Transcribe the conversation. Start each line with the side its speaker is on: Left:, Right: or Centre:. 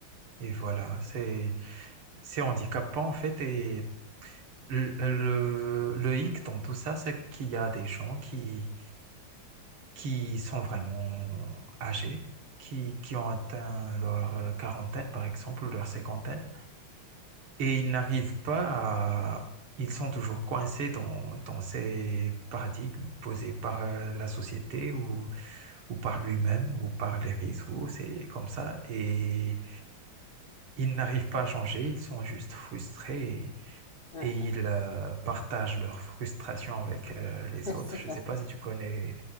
Right: et voilà, c'est C'est handicapant en fait et le, le, le hic dans tout ça, c'est qu'il y a des gens qui, qui sont vraiment âgés, qui, qui ont atteint leur euh, quarantaine par exemple ou leur cinquantaine et ils n'arrivent pas à... Ils sont toujours coincés dans, dans ces paradigmes posés par euh, la société ou, ou par lui-même ou par les réseaux, c'est comme ça et ils n'arrivent pas à changer, ils sont juste frustrés
Left: Ouais,
Right: et ils euh, partagent leurs frustrations avec euh, les
Left: <laughs>
Right: autres.
Left: c'est
Right: Je
Left: vrai.
Right: ne sais pas si tu connais